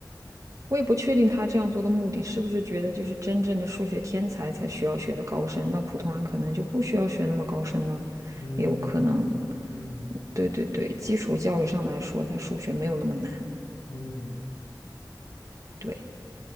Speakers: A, on the right; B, on the left.
A: 我也不确定他这样做的目的是不是觉得就是真正的数学天才才需要学的高深，那普通人可能就不需要学那么高深呢，
B: 嗯嗯嗯
A: 也有可能。对对对，基础教育上来说，他数学没有那么难。
B: 嗯，
A: 对，